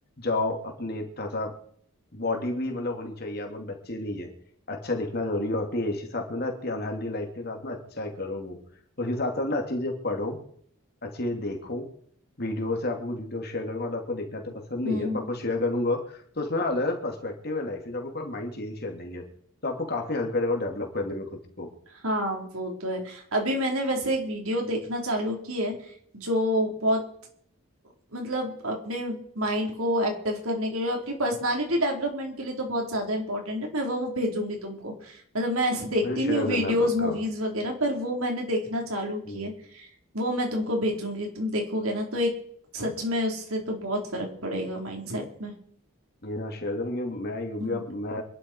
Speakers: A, on the left (about 45°); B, on the right (about 85°).
A: जाओ अपने थोड़ा सा बॉडी भी मतलब होनी चाहिए अब हम बच्चे नहीं है अच्छा दिखना जरूरी है और अपनी एज के साथ में ना इतनी अनहेल्दी लाइफ के साथ में अच्छा है करो वो उसके साथ साथ ना अच्छी चीजें पढ़ो अच्छे देखो वीडियो से आपको कुछ वीडियो शेयर करूंगा तो आपको देखना तो पसंद
B: हम्म
A: नहीं है पर आपको शेयर करूंगा तो उसमें अलग अलग पर्सपेक्टिव है लाइफ के जो आपको पूरा माइंड चेंज कर देंगे तो आपको काफी हेल्प करेगा डेवलप करने में खुद को
B: हाँ वो तो है अभी मैंने वैसे एक वीडियो देखना चालू की है जो बहुत मतलब अपने माइंड को एक्टिव करने के लिए अपनी पर्सनालिटी डेवलपमेंट के लिए तो बहुत ज्यादा इंपॉर्टेंट है मैं वो वो भेजूंगी तुमको मतलब मैं ऐसे देखती
A: मुझे
B: नहीं
A: शेयर
B: हूँ वीडियोस
A: करना पक्का
B: मूवीज वगैरह पर वो मैंने देखना चालू
A: हम्म,
B: किया है वो मैं तुमको भेजूंगी तुम देखोगे ना तो एक सच में उससे तो बहुत फर्क पड़ेगा माइंडसेट में
A: ये ना शेयर करना कि मैं यू
B: हम्म
A: भी अब मैं